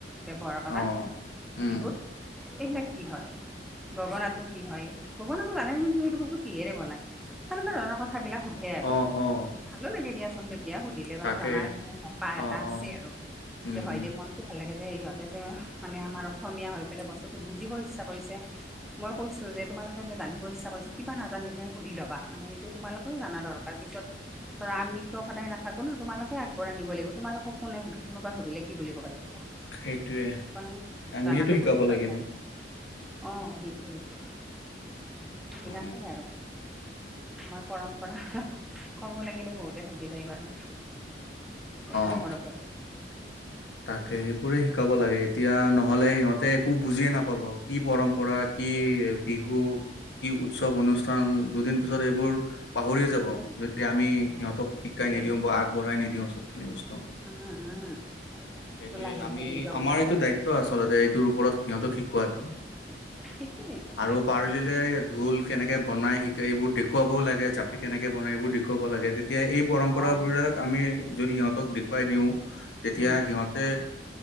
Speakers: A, in the centre; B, on the left (about 80°).
A: ব্যৱহাৰ কৰা
B: অ উম
A: বিহুত এইবিলাক কি হয়। গগনাতো কি হয় গগনা জানে কিন্তু সটো বস্তু কিহেৰে বনায় তেনেকুৱা ধৰণৰ কথা বিলাক সুধ সেয়ে আৰু
B: অ অ
A: ভালো লাগে দিয়াচোন। এতিয়া সুধিলে মানে
B: তাকে
A: জানাৰ মানে হেপা এটা
B: অ
A: আছে
B: অ
A: আৰু
B: উম
A: যে হয়
B: উম
A: দেউ মন ভাল লাগে যে ইহঁতে যে মানে আমাৰ অসমীয়া হৈ পেলাই বস্তুটো বুজিব ইচ্ছা কৰিছে। মই কৈছো যে তোমালোকে যে জানিব ইচ্ছা কৰিছা কা নাজানিলে সুধি ল'বা মানে এইটো তোমালোকেও জানা দৰকাৰ পিছত ত আমিতো সদায় নাথাকো ন তোমালোকে আগবঢ়াই নিব লাগিব তোমালোকক কোনে কোনোবাই সুধিলে কি বুলি ক'বা তেতিয়া
B: সেইটোৱে
A: মানে
B: আমিয়েতো
A: জনাটো
B: শিকাব
A: খুবেই
B: লাগিব
A: দৰকাৰী অ সেইটোৱে সেইটোৱে এইবিলাকেই
B: অ
A: আৰু আমাৰ পৰম্পৰা ক'ব লাগিলে বহুতে থাকি যায় বাৰু এইবিলাক
B: অ
A: ওপৰত পৰো
B: তাকে সেইবোৰে শিকাব লাগে এতিয়া নহলে সিহঁতে একো বুজিয়ে নাপাব কি পৰম্পৰা কি বিহু কি উৎসৱ অনুষ্ঠান দুদিন পিছত এইবোৰ পাহৰিয়ে যাব
A: উম
B: যদি আমি
A: অ
B: সিহঁতক শিকাই
A: সেইটোৱে
B: নিদিও বা আগ বঢ়াই নিদিওঁ চবখিনি বস্তু
A: উম উম তাৰপিছত
B: সেইটোৱে
A: লাহে
B: আমি
A: লাহে দুৰ্গা
B: আমাৰ
A: পূজাটো
B: এইটো
A: আহিল
B: দায়িত্ব আচলতে এইটোৰ ওপৰত সিহঁতো শিকোৱাটো
A: সেইটোৱে টো
B: আৰু পাৰলিলে ঢোল কেনেকে বনায় শিকে এইবোৰ দেখুৱাবও লাগে জাপি কেনেকে বনায় এইবোৰ দেখুৱাব লাগে তেতিয়া এই পৰম্পৰা
A: অ
B: বিলাক আমি যদি সিহঁতক দেখুৱাই দিওঁ তেতিয়া
A: উম
B: সিহঁত তে